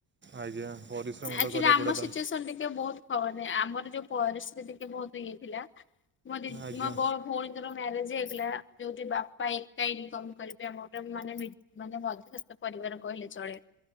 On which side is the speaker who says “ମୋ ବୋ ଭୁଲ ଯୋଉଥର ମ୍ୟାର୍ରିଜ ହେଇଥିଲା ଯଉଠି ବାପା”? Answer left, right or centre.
Left